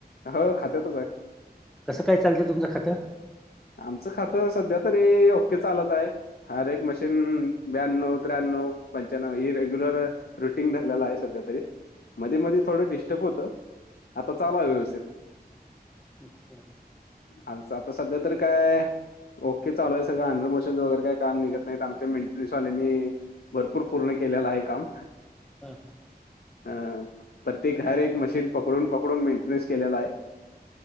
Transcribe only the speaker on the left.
हो खात्यातच आहे.
आमचं खातं सध्या तरी ओके चालत आहे. हर एक मशीन ब्याण्णव, त्र्याण्णव, पंच्याण्णव ही रेग्युलर रुटीन धरलेला आहे सध्या तरी. मधी मधी थोडं डिस्टर्ब होतं, आता चालू हाये व्यवस्थित.
आताचं आता सध्या तरी काय ओके चालू आहे सगळं, अंडर मोशन्स वगैरे काम निघत नाहीत आमच्या मेंटनन्सवाल्यानी भरपूर पूर्ण केलेलं आहे काम.
हं प्रत्येक घर एक मशीन पकडून पकडून मेंटेन्स केलेला आहे.